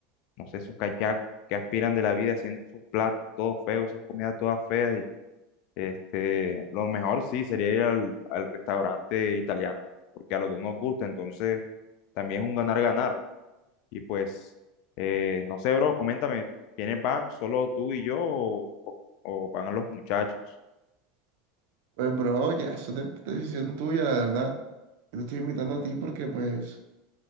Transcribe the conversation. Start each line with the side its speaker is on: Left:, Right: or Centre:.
Left: no sé esos cachacos que aspiran de la vida haciendo esos platos todos feos, esas comidas todas feas. Y, este, lo mejor sí sería ir al, al restaurante italiano, porque a los dos nos gusta, entonces también es un ganar-ganar. Y pues, eh, no sé, bro, coméntame, ¿quiénes van? ¿Solo tú y yo o, o- o van los muchachos?
Right: Pues bro, ya, eso es de- decisión tuya, la verdad. Yo te estoy invitando a ti porque pues,